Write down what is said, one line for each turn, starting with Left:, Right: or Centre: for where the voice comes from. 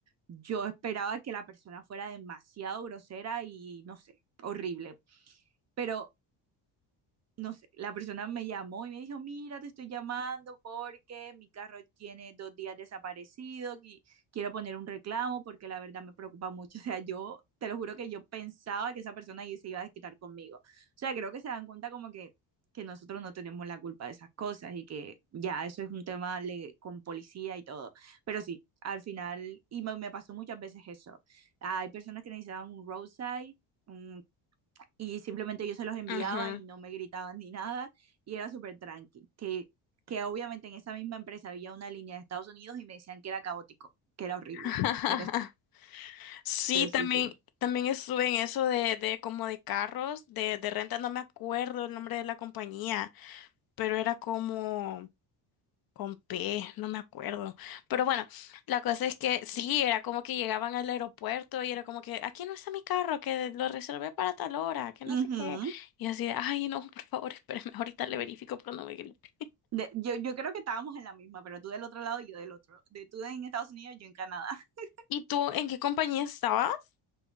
Right: yo esperaba que la persona fuera demasiado grosera y no sé, horrible. Pero no sé, la persona me llamó y me dijo, mira, te estoy llamando porque mi carro tiene dos días desaparecido y quiero poner un reclamo porque la verdad me preocupa mucho. <laughs> O sea, yo te lo juro que yo pensaba que esa persona ahí se iba a desquitar conmigo. O sea, creo que se dan cuenta como que, que nosotros no tenemos la culpa de esas cosas y que ya eso es un tema le- con policía y todo. Pero sí, al final, y me, me pasó muchas veces eso. Hay personas que necesitaban un roadside un y simplemente yo se los enviaba
Left: Ujú.
Right: y no me gritaban ni nada y era súper tranqui, que, que obviamente en esa misma empresa había una línea de Estados Unidos y me decían que era caótico, que era horrible.
Left: <laughs>
Right: Pero sí.
Left: Sí,
Right: Pero
Left: también,
Right: sí, sí.
Left: también estuve en eso de, de como de carros, de, de renta, no me acuerdo el nombre de la compañía, pero era como con P, no me acuerdo. Pero bueno, la cosa es que sí, era como que llegaban al aeropuerto y era como que, aquí no está mi carro, que lo reservé para tal hora, que no
Right: Ujú.
Left: sé qué. Y así de, ay, no, por favor, <laughs> espérame, ahorita le verifico, pero no me... grites".
Right: De- yo, yo creo que estábamos en la misma, pero tú del otro lado y yo del otro. De tú en Estados Unidos, yo en Canadá. <laughs>
Left: ¿Y tú en qué compañía estabas?